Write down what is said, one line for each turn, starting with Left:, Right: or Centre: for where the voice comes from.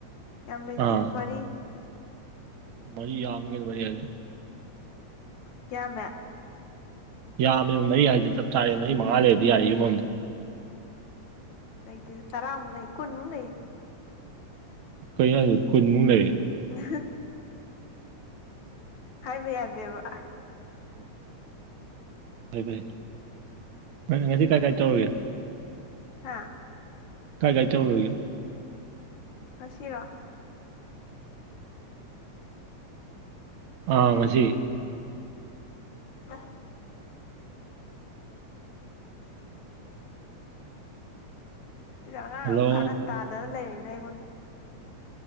Left: ꯑꯦꯝ ꯂꯩꯩꯇꯩ
Right: ꯑꯥ
Left: ꯃꯔꯤ
Right: ꯃꯔꯤ ꯌꯥꯝꯒꯦꯗ ꯃꯔꯤ ꯍꯥꯏꯖꯦ
Left: ꯀꯌꯥ ꯃ
Right: ꯌꯥꯝꯃꯤ ꯃꯔꯤ ꯍꯥꯏꯗꯤꯦ ꯆꯞ ꯆꯥꯔꯦ ꯃꯔꯤ ꯃꯉꯥ ꯂꯩꯔꯗꯤ ꯌꯥꯏ ꯌꯨꯝ ꯑꯃꯗ꯫
Left: ꯂꯩꯇꯦ ꯇꯔꯥꯃꯨꯛ ꯂꯩ ꯀꯨꯟꯃꯨꯛ ꯂꯩꯌꯦ
Right: ꯀꯩ ꯍꯥꯏ ꯀꯨꯟꯃꯨꯛ ꯂꯩꯦ
Left: ꯎ ꯍꯥꯏꯕ ꯌꯥꯗꯦꯕ
Right: ꯎꯝ ꯐꯔꯦ ꯐꯔꯦ ꯉꯁꯤ ꯀꯥꯏ ꯀꯥꯏ ꯇꯧꯔꯒꯦ
Left: ꯍꯥꯥ
Right: ꯀꯥꯏ ꯀꯥꯏ ꯇꯧꯔꯣꯒꯦ
Left: ꯉꯁꯤꯔꯣ
Right: ꯑꯥ ꯉꯁꯤ
Left: ꯑ ꯁꯤꯗ ꯑꯉꯥꯡ
Right: ꯍꯜꯂꯣ
Left: ꯑꯃ ꯀꯥꯍꯟ ꯇꯥꯗꯅ ꯂꯩꯔꯦꯅ ꯑꯩꯉꯣꯟꯗ